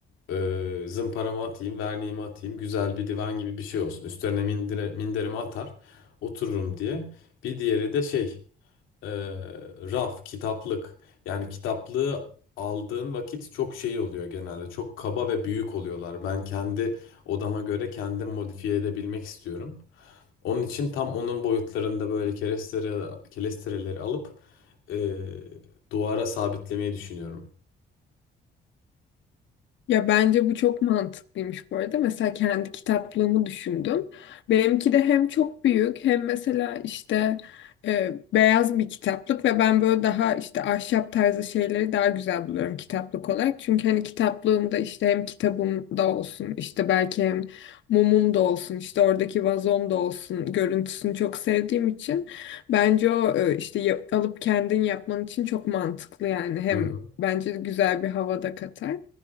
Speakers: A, on the left; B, on the left.
A: e, zımparamı atayım, verniğimi atayım. Güzel bir divan gibi bir şey olsun. Üstlerine mindire, minderimi atar, otururum diye. Bir diğeri de şey e, raf, kitaplık. Yani kitaplığı aldığın vakit çok şey oluyor genelde. Çok kaba ve büyük oluyorlar. Ben kendi odama göre kendim modifiye edebilmek istiyorum. Onun için tam onun boyutlarında böyle kerestele, kerestereleri alıp eee, duvara sabitlemeyi düşünüyorum.
B: Ya bence bu çok mantıklıymış bu arada. Mesela kendi kitaplığımı düşündüm. Benimki de hem çok büyük hem mesela işte e, beyaz bir kitaplık ve ben böyle daha işte ahşap tarzı şeyleri daha güzel buluyorum kitaplık olarak. Çünkü hani kitaplığımda işte hem kitabım da olsun işte belki hem mumum da olsun işte oradaki vazom da olsun görüntüsünü çok sevdiğim için bence o e, işte ya- alıp kendin yapman için çok mantıklı yani hem
A: Hı hı.
B: bence güzel bir havada katar.